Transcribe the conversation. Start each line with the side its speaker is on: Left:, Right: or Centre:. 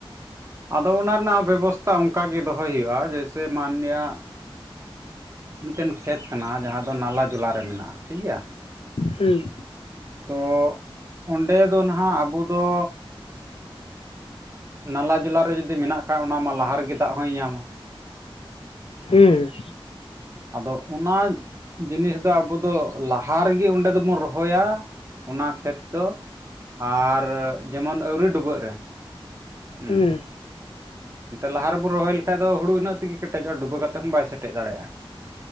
Right: ᱟᱫᱚ ᱚᱱᱟ ᱨᱮᱱᱟᱜ ᱵᱮᱵᱚᱥᱛᱷᱟ ᱚᱱᱠᱟ ᱜᱮ ᱫᱚᱦᱚᱭ ᱦᱩᱭᱩᱜᱼᱟ᱾ ᱡᱮᱭᱥᱮ ᱢᱟᱱᱱᱤᱭᱟ ᱢᱤᱫᱴᱮᱱ ᱠᱷᱮᱛ ᱠᱟᱱᱟ ᱡᱟᱦᱟᱸ ᱫᱚ ᱱᱟᱞᱟ ᱡᱚᱞᱟ ᱢᱮᱱᱟᱜᱼᱟ ᱴᱷᱤᱠ ᱜᱮᱭᱟ᱾
Left: ᱦᱩᱸ
Right: ᱛᱚ ᱚᱸᱰᱮ ᱫᱚ ᱱᱟᱦᱟᱜ ᱟᱵᱚ ᱫᱚ ᱱᱟᱞᱟ ᱡᱚᱞᱟ ᱨᱮ ᱡᱩᱫᱤ ᱢᱮᱱᱟᱜ ᱠᱷᱟᱡ ᱚᱱᱟ ᱢᱟ ᱞᱟᱦᱟ ᱨᱮᱜᱮ ᱫᱟᱜ ᱦᱚᱸᱭ ᱧᱟᱢᱟ ᱾
Left: ᱦᱮᱸ
Right: ᱟᱫᱚ ᱚᱱᱟ ᱡᱤᱱᱤᱥ ᱫᱚ ᱟᱵᱚ ᱫᱚ ᱞᱟᱦᱟ ᱨᱮᱜᱮ ᱚᱸᱰᱮ ᱫᱚᱵᱚᱱ ᱨᱚᱦᱚᱭᱟ᱾ ᱚᱱᱟ ᱠᱷᱮᱛ ᱫᱚ ᱟᱨ ᱡᱮᱢᱚᱱ ᱟᱣᱨᱤ ᱰᱩᱵᱟᱹᱜ ᱨᱮ ᱩᱸ
Left: ᱦᱩᱸ
Right: ᱮᱛᱮ ᱞᱟᱦᱟ ᱨᱮᱵᱚᱱ ᱨᱚᱦᱚᱭ ᱞᱮᱠᱷᱟᱡ ᱦᱩᱲᱩ ᱤᱱᱟᱹᱜ ᱛᱮᱜᱮ ᱠᱮᱴᱮᱡᱚᱜᱼᱟ ᱰᱩᱵᱟᱹ ᱠᱟᱛᱮᱫ ᱦᱚᱸ ᱵᱟᱭ ᱥᱮᱴᱮᱡ ᱫᱟᱲᱭᱟᱜᱼᱟ᱾